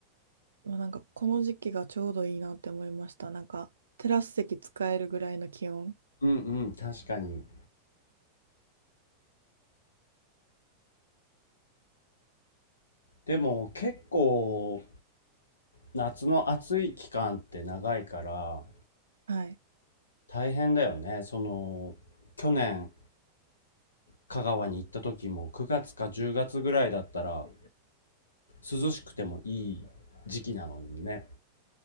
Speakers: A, on the right; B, on the left.
A: まあ、なんかこの時期がちょうどいいなって思いました。なんかテラス席使えるぐらいの気温。
B: うんうん、確かに。でも結構夏の暑い期間って長いから
A: はい。
B: 大変だよね。その去年香川に行った時も9月か10月ぐらいだったら涼しくてもいい時期なのにね。